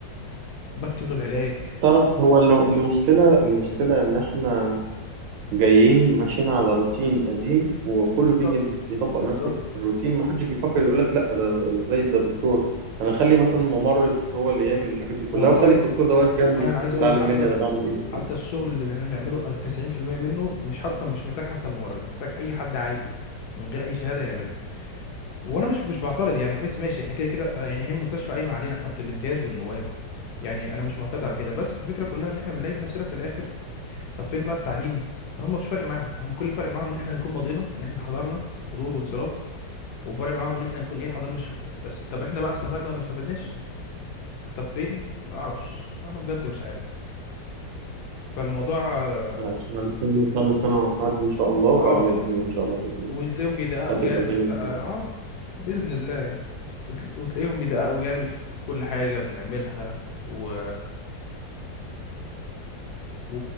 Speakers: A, on the left (about 70°); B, on the right (about 90°).
A: بكتب له العلاج
B: تعرف هو
A: أنا-
B: الل- المشكلة المشكلة إن إحنا جايين ماشيين على روتين قديم وكله
A: بالظبط
B: بيجي يطبق
A: بالظبط
B: نفس الروتين محدش بيفكر يقول لك لأ ده إزاي ده دكتور أنا أخلي مثلا ممرض هو اللي يعمل الحاجات دي كلها
A: والله
B: وأخلي الدكتور ده واقف جنبي
A: والله انا عايز
B: يتعلم
A: اقول لك حتى
B: مني أنا بعمل إيه
A: حتى الشغل اللي احنا بنعمله 90% منه مش حتى مش محتاج حتى ممرض محتاج اي حد عادي من غير اي شهادة يعمله وانا مش مش بعترض يعني بحس ماشي احنا كده كده آه، يعني هي المستشفى قايمه علينا احنا بتاع الامتياز والنواب يعني انا مش معترض على كده بس الفكره كلها ان احنا بنلاقي في نفسنا في الاخر طب فين بقى التعليم هم مش فارق معاهم هم كل فارق معاهم ان احنا نكون مضينا ان احنا حضرنا حضور وانصراف وفارق معاهم ان احنا نكون ايه حضرنا الشفتات بس طب احنا بقى استفدنا ولا ما استفدناش طب فين ما اعرفش انا بجد مش عارف فالموضوع اه
B: علشان عليك كام سنة سنة وهتعدي إن شاء الله وبعديها
A: آه،
B: الدنيا إن شاء الله هتبقى إيه؟
A: وتلاقيهم بيدققوا
B: هتبقى
A: جامد
B: زي الفل
A: بقى اه بإذن الله وتل- وتلاقيهم بيدققوا جامد في كل حاجة بنعملها و... و...